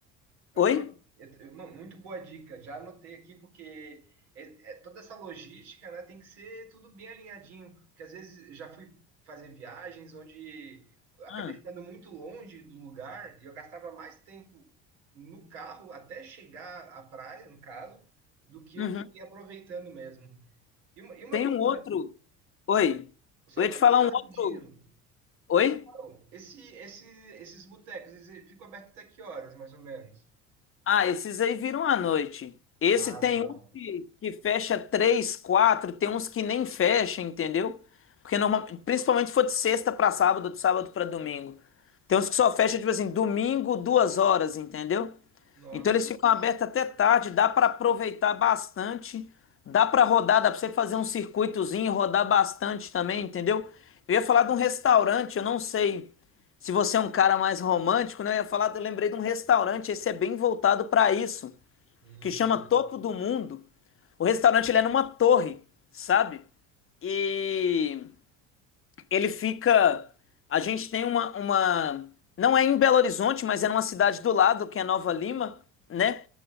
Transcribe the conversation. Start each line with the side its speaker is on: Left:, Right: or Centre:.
Right: Eu
Left: Oi?
Right: tava. eu- eu- mano, muito boa dica. Já anotei aqui, porque é- é toda essa logística, né, tem que ser tudo bem alinhadinho. Porque às vezes eu já fui fazer viagens onde acabei
Left: Ah,
Right: ficando muito longe do lugar e eu gastava mais tempo no carro até chegar à praia, no caso, do que eu
Left: uhum.
Right: fiquei aproveitando mesmo. E uma, e uma
Left: Tem
Right: dúvida,
Left: um outro. Oi.
Right: só
Left: Eu
Right: uma
Left: ia te falar
Right: dúvida
Left: um
Right: rapidinho.
Left: outro.
Right: Ô,
Left: Oi?
Right: Rafael, esse, esse, esses botecos, eles ficam abertos até que horas, mais ou menos?
Left: Ah, esses aí viram à noite. Esse
Right: Ah,
Left: tem
Right: legal.
Left: um que, que fecha três, quatro, tem uns que nem fecha, entendeu? Porque normal, principalmente se for de sexta pra sábado, de sábado pra domingo. Tem uns que só fecha, tipo assim, domingo, duas horas, entendeu?
Right: Nossa.
Left: Então eles ficam abertos até tarde, dá para aproveitar bastante, dá para rodar, dá para você fazer um circuitozinho e rodar bastante também, entendeu? Eu ia falar de um restaurante, eu não sei se você é um cara mais romântico, né? Eu ia falar, eu lembrei de um restaurante, esse é bem voltado para isso,
Right: Hum.
Left: que chama Topo do Mundo. O restaurante ele é numa torre, sabe? E ele fica. A gente tem uma, uma. Não é em Belo Horizonte, mas é numa cidade do lado, que é Nova Lima, né?